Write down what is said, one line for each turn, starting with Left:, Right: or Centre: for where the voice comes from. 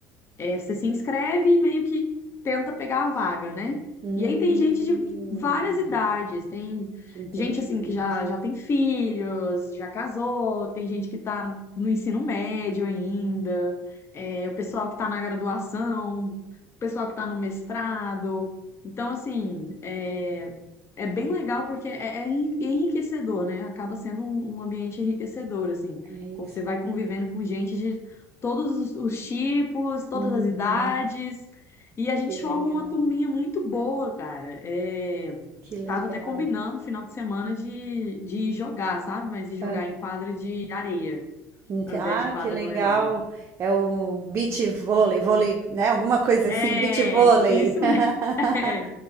Left: É, você se inscreve e meio que tenta pegar a vaga, né?
Right: Hum,
Left: E aí tem gente de várias idades, tem
Right: que interessante.
Left: gente assim que já, já tem filhos, já casou, tem gente que tá no ensino médio ainda, é, o pessoal que tá na graduação, o pessoal que tá no mestrado. Então, assim, é, é bem legal porque é, é enri- enriquecedor, né? Acaba sendo um, um ambiente enriquecedor, assim.
Right: É
Left: Você
Right: isso
Left: vai
Right: mesmo.
Left: convivendo com gente de todos os, os tipos, todas
Right: Uhum,
Left: as idades. E a gente
Right: que legal.
Left: forma uma turminha muito boa, cara. É,
Right: Que legal.
Left: tava até combinando final de semana de, de ir jogar, sabe? Mas de jogar
Right: Hã.
Left: em quadra de areia,
Right: Ente
Left: ao
Right: ah,
Left: invés de quadra
Right: que legal.
Left: normal.
Right: É o beach vôlei, vôlei, né, alguma coisa assim,
Left: É,
Right: beach vôlei.
Left: isso
Right: <laughs>
Left: mesmo. <laughs> É,